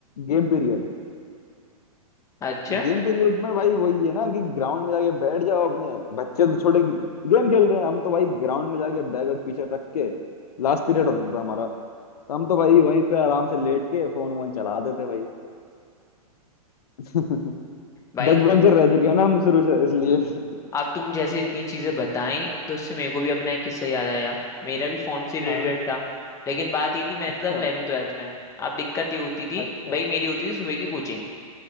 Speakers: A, on the left; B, on the left.
A: गेम पीरियड
B: अच्छा
A: गेम पीरियड में भाई वही है ना कि ग्राउंड में जाके बैठ जाओ अपने बच्चे तो छोटे गेम खेल रहे हैं हम तो भाई ग्राउंड में जाके बैग वैग पीछे रख के लास्ट पीरियड होता था हमारा तो हम तो भाई वहीं पे आराम से लेट के फोन वोन चला देते भाई <laughs>
B: भाई
A: बैक बेंचर रह चुके हैं ना हम शुरू से इसलिए <laughs>
B: अब तुम जैसे इतनी चीजें बताई तो इससे मेरे को भी अपना एक किस्सा याद आया मेरा भी फोन से रिलेटेड
A: हाँ
B: था लेकिन बात ये थी मैं
A: अच्छा
B: था तब 11th ट्वेल्थ में अब दिक्कत ये होती थी
A: अच्छा
B: भाई मेरी होती थी सुबह की कोचिंग